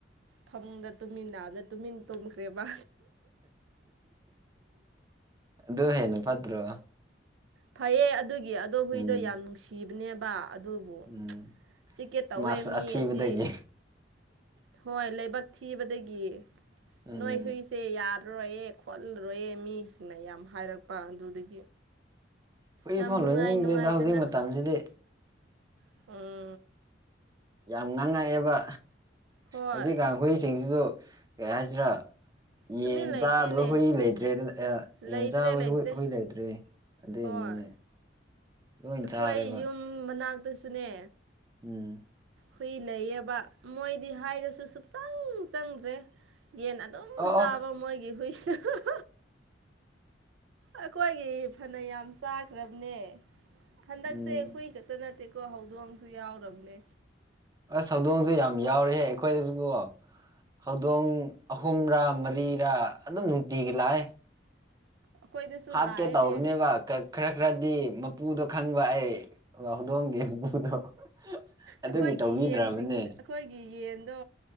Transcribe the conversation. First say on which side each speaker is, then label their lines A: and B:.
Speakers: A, on the right; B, on the right.
A: ꯐꯃꯨꯡꯗ ꯇꯨꯃꯤꯟ ꯅꯥꯕꯗ ꯇꯨꯃꯤꯟ ꯇꯨꯝꯈ꯭ꯔꯦꯕꯥ
B: ꯑꯗꯨ ꯍꯦꯟꯅ ꯐꯠꯇ꯭ꯔꯣ
A: ꯐꯩꯌꯦ ꯑꯗꯨꯒꯤ ꯑꯗꯣ ꯍꯨꯏꯗꯣ
B: ꯎꯝ
A: ꯌꯥꯝ ꯅꯨꯡꯁꯤꯕꯅꯦꯕ ꯑꯗꯨꯒꯤ
B: ꯎꯝ
A: ꯆꯤꯀꯦ ꯇꯧꯋꯦ
B: ꯃꯥꯁ
A: ꯃꯤ
B: ꯑꯊꯤꯕꯗꯒꯤ
A: ꯑꯁꯤ ꯍꯣꯏ ꯂꯥꯏꯕꯛ ꯊꯤꯕꯗꯒꯤ
B: ꯎꯝ
A: ꯅꯣꯏ ꯍꯨꯏꯁ ꯑ‌ꯦ ꯌꯥꯔꯔꯣꯏꯌꯦ ꯈꯣꯠꯂꯔꯣꯏꯌꯦ ꯃꯤꯁꯤꯅ ꯌꯥꯝ ꯍꯥꯏꯔꯛꯄ ꯑꯗꯨꯗꯒꯤ
B: ꯍꯨꯏ
A: ꯌꯥꯝ
B: ꯐꯥꯎ
A: ꯅꯨꯡꯉꯥꯏ
B: ꯂꯣꯏꯅꯤꯡꯗ꯭ꯔꯦꯗ
A: ꯅꯨꯡꯉꯥꯏꯇꯅ
B: ꯍꯧꯖꯤꯛ ꯃꯇꯝꯁꯤꯗꯤ
A: <inaudible>
B: ꯌꯥꯝ ꯉꯥꯡꯉꯛꯑꯦꯕ
A: ꯍꯣꯏ
B: ꯍꯧꯖꯤꯛꯀꯥꯟ ꯍꯨꯏꯁꯤꯡꯁꯤꯁꯨ ꯀꯩ ꯍꯥꯏꯁꯤꯔꯥ ꯌꯦꯟ
A: ꯇꯨꯃꯤꯟ ꯂꯩꯇꯦꯅꯦ
B: ꯆꯥꯗꯕ ꯍꯨꯏ ꯂꯩꯇ꯭ꯔꯦꯗꯅ ꯁ° ꯌꯦꯟ
A: ꯂꯩꯇ꯭ꯔꯦ
B: ꯆꯥꯕ
A: ꯂꯩꯇ꯭ꯔꯦ
B: ꯍꯨꯏ ꯍꯨꯏ ꯂꯩꯇ꯭ꯔꯦ ꯑꯗꯨꯏꯅꯤꯅꯦ
A: ꯍꯣꯏ
B: ꯂꯣꯏ
A: ꯑꯩꯈꯣꯏ
B: ꯆꯥꯔꯦꯕ
A: ꯌꯨꯝ ꯃꯅꯥꯛꯇꯁꯨꯅꯦ
B: ꯎꯝ
A: ꯍꯨꯏ ꯂꯩꯌꯦꯕ ꯃꯣꯏꯗꯤ ꯍꯥꯏꯔꯁꯨ ꯁꯨꯞꯆꯪ ꯆꯪꯗ꯭ꯔꯦ ꯌꯦꯟ ꯑꯗꯨꯝ
B: ꯑꯣ
A: ꯆꯥꯕ
B: ꯑꯣ
A: ꯃꯣꯏꯒꯤ ꯍꯨꯏ <inaudible> ꯑꯩꯈꯣꯏꯒꯤ ꯐꯅ ꯌꯥꯝ ꯆꯥꯈ꯭ꯔꯕꯅꯦ ꯍꯟꯗꯛꯁꯦ
B: ꯎꯝ
A: ꯍꯨꯏ ꯈꯛꯇ ꯅꯠꯇꯦꯀꯣ ꯍꯧꯗꯣꯡꯁꯨ ꯌꯥꯎꯔꯕꯅꯦ
B: ꯑꯁ ꯍꯧꯗꯣꯡꯁꯨ ꯌꯥꯝ ꯌꯥꯎꯔꯤꯍꯦ ꯑꯩꯈꯣꯏꯗꯁꯨꯀꯣ ꯍꯧꯗꯣꯡ ꯑꯍꯨꯝꯔꯥ ꯃꯔꯤꯔꯥ ꯑꯗꯨꯝ ꯅꯨꯡꯇꯤꯒꯤ ꯂꯥꯛꯑꯦ
A: ꯑꯩꯈꯣꯏꯗꯁꯨ
B: ꯍꯥꯠꯀꯦ
A: ꯂꯥꯛꯑꯦꯅꯦ
B: ꯇꯧꯕꯅꯦꯕ ꯈꯔ ꯈꯔꯗꯤ ꯄꯨꯗꯣ ꯈꯪꯕ ꯑꯩ ꯍꯧꯗꯣꯡꯒꯤ ꯃꯄꯨꯗꯣ ꯑꯗꯨꯒꯤ
A: ꯑꯩꯈꯣꯏꯒꯤ
B: ꯇꯧꯕꯤꯗ꯭ꯔꯕꯅꯦ
A: ꯌꯦꯟꯁꯤꯡ ꯑꯩꯈꯣꯏꯒꯤ ꯌꯦꯟꯗꯣ